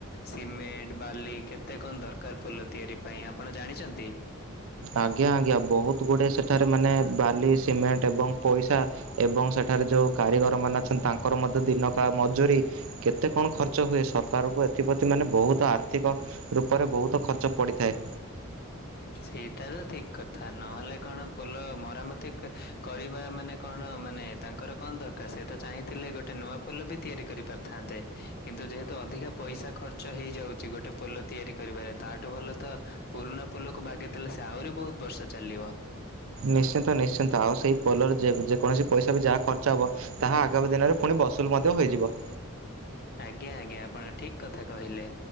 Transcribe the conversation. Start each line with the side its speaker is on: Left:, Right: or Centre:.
Left: ସିମେଣ୍ଟ ବାଲି କେତେ କଣ ଦରକାର ଫୁଲ ତିଆରି ପାଇଁ ଆପଣ ଜାଣିଛନ୍ତି।
Right: ଆଜ୍ଞା ଆଜ୍ଞା ବହୁତ ଗୁଡେ ସେଠାରେ ମାନେ ବାଲି ସିମେଣ୍ଟ ଏବଂ ପଇସା ଏବଂ ସେଠାରେ ଯୋଉ କାରିଗର ମାନେ ଅଛନ୍ତି ତାଙ୍କର ମଧ୍ୟ ଦିନକା ମଜୁରୀ। କେତେ କଣ ଖର୍ଚ୍ଚ ହୁଏ ସରକାରଙ୍କୁ ଏଥିପ୍ରତି ମାନେ ବହୁତ ଆର୍ଥିକ ରୂପରେ ବହୁତ ଖର୍ଚ୍ଚ ପଡ଼ିଥାଏ।
Left: ସେଇଟା ତ ଠିକ କଥା ନହେଲେ କଣ ପୋଲ ମରାମତି କ କରିବା ମାନେ। କଣ ମାନେ ତାଙ୍କର କଣ ଦରକାର ସେ ତ ଚାହିଁଥିଲେ ଗୋଟେ ନୂଆ ପୋଲ ବି ତିଆରି କରିପାରିଥାନ୍ତେ। କିନ୍ତୁ ଯେହେତୁ ଅଧିକା ପଇସା ଖର୍ଚ୍ଚ ହେଇଯାଉଛି ଗୋଟେ ପୋଲ ତିଆରି କରିବାରେ ତାଠୁ ଭଲ ତ ପୁରୁଣା ପୁଲକୁ ବାଗେଇଥିଲେ ସେ ଆହୁରି ବହୁତ ବର୍ଷ ଚାଲିବ।
Right: ନିଶ୍ଚିନ୍ତ ନିଶ୍ଚିନ୍ତ ଆଉ ସେଇ ପୋଲର ଯେକ ଯେକୌଣସି ପଇସା ବି ଯାହା। ଖର୍ଚ୍ଚ ହବ ତାହା ଆଗାମୀ ଦିନରେ ପୁଣି ବସୁଲ ମଧ୍ୟ ହେଇଯିବ।
Left: ଆଜ୍ଞା ଆଜ୍ଞା ଆପଣ ଠିକ କଥା କହିଲେ।